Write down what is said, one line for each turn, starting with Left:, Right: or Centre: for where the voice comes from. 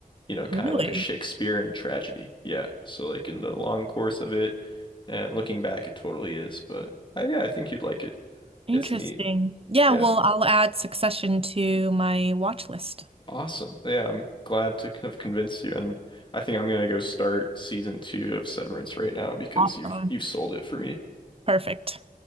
Left: You know, kind
Right: Really?
Left: of like a Shakespearean tragedy. Yeah. So like in the long course of it and looking back it totally is, but uh, yeah, I think you'd like it.
Right: Interesting.
Left: It's neat.
Right: Yeah,
Left: yeah.
Right: well, I'll add Succession to my watch list.
Left: Awesome. Yeah, I'm glad to have convinced you, and I think I'm gonna go start season two of Severance right now because
Right: Awesome.
Left: you've you've sold it for me.
Right: Perfect.